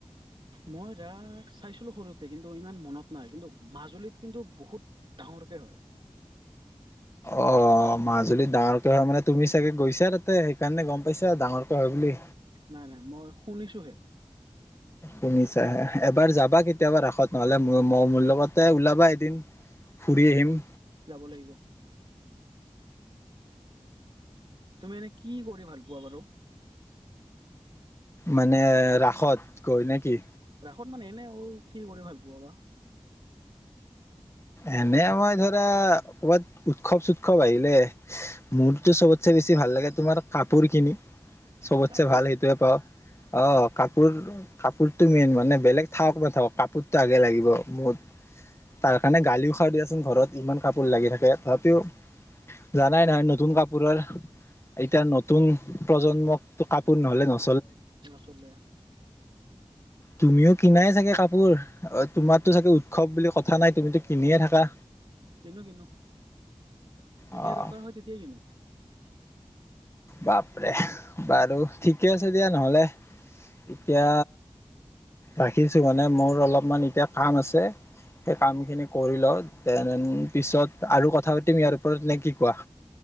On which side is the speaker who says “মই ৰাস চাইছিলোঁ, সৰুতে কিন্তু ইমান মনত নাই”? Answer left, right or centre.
Right